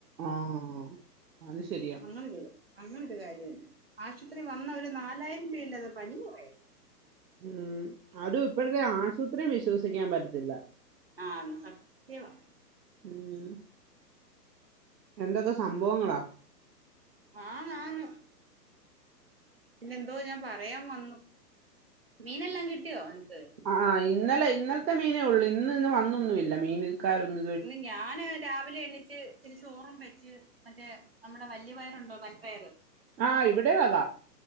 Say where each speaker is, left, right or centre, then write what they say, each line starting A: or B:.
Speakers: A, on the right; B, on the right.
A: ആഹ് അത് ശെരിയാ.
B: അങ്ങനൊരു അങ്ങനൊരു കാര്യമാണ് ആശുപത്രി വന്നാ ഒരു നാലായിരം രൂപയില്ലാതെ പനി കൊറെയേല്ലാ
A: ഉം അതും ഇപ്പഴ്ത്തെ ആശുപത്രി വിശ്വസിക്കാൻ പറ്റത്തില്ലാ
B: ആഹ് സത്യവാ
A: ഉം എന്തൊക്കെ സംഭവങ്ങളാ
B: ആന്നാന്ന് പിന്നെന്തോ ഞാൻ പറയാൻ വന്നു മീനെല്ലാം കിട്ടിയോ അന്നിട്ട്?
A: ആഹ് ഇന്നലെ ഇന്നൽത്തെ മീനേ ഒള്ളൂ ഇന്ന് ഇന്ന് വന്നൊന്നുവില്ലാ മീൻ വിൽക്കാരൊന്നും
B: ഇന്ന് ഞാന് രാവിലെ എണ്ണിച്ച് ഇച്ചിരി ചോറും വെച്ച് മറ്റേ നമ്മടെ വല്യ പയറുണ്ടോ വൻപയറ്
A: ആഹ് ഇവിടെയും അതാ